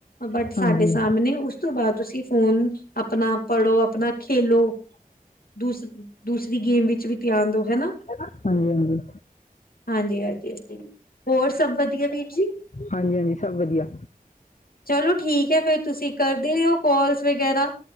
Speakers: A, on the left; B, on the left.
A: ਬਟ ਸਾਡੇ
B: ਹਾਂਜੀ।
A: ਸਾਮਣੇ ਉਸ ਤੋਂ ਬਾਦ ਤੁਸੀਂ ਫੋਨ ਅਪਣਾ ਪੜੋ ਅਪਣਾ ਖੇਲੋ ਦੂਸ ਦੂਸਰੀ ਗੇਮ ਵਿੱਚ ਵੀ ਧਿਆਨ ਦੋ, ਹੈਨਾ।
B: ਹਾਂਜੀ ਹਾਂਜੀ।
A: ਹਾਂਜੀ ਹਾਂਜੀ ਹਾਂਜੀ। ਹੋਰ, ਸਭ ਵਧੀਆ ਵੀਰ ਜੀ?
B: ਹਾਂਜੀ ਹਾਂਜੀ, ਸਭ ਵਧੀਆ।
A: ਚਲੋ ਠੀਕ ਹੈ, ਫੇਰ ਤੁਸੀਂ ਕਰਦੇ ਰੇ ਔ ਕੌਲਸ ਵਗੈਰਾ।